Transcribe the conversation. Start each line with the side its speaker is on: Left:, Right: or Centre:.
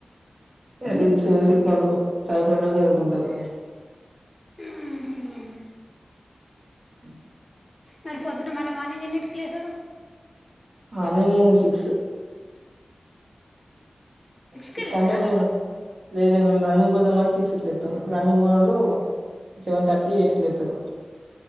Right: రీల్స్ సిన్మాలు చదువుకునే వాళ్లు చదువుకుంటరు
Left: ఆ
Right: అ
Left: మరి పొద్దున్న మళ్ళీ మార్నింగ్ ఎన్నింటికి లేసుడు
Right: మార్నింగ్ సిక్స్ సిక్స్
Left: కి లేస్తారా
Right: అంటే మేము లేదు లేదు మేము రన్నింగ్ పోతాం కాబట్టి సిక్స్కి లేస్తాం రన్నింగ్ పోనోళ్ళు సెవెన్ థర్టీ ఎయిట్ కి లేతరు